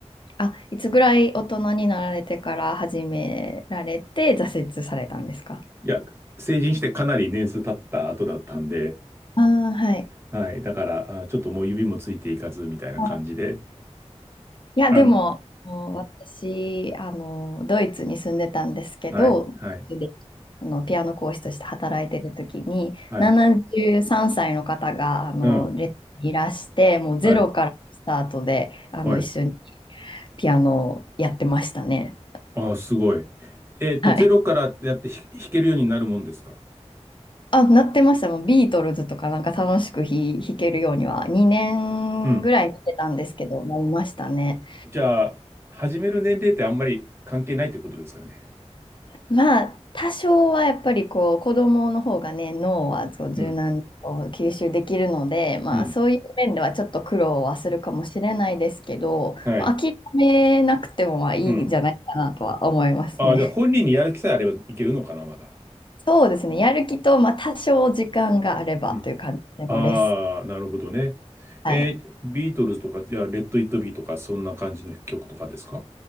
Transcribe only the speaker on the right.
いや、成人してかなり年数経った後だったんで、
はい。だから、あ、ちょっともう指もついていかず、みたいな感じで。
あ、
うん。
はい。はい。
はい。
うん。
はい。
はい。
ああ、すごい。えっと、
ゼロからやってひ弾けるようになるもんですか。
うん。
じゃあ、始める年齢ってあんまり関係ないってことですかね。
うん。
うん。
はい。
うん。ああ、じゃあ本人にやる気さえあればいけるのかな、まだ。
うん。
ああ、なるほどね。
えービートルズとか、いや、レッド・イット・ビーとか、そんな感じの曲とかですか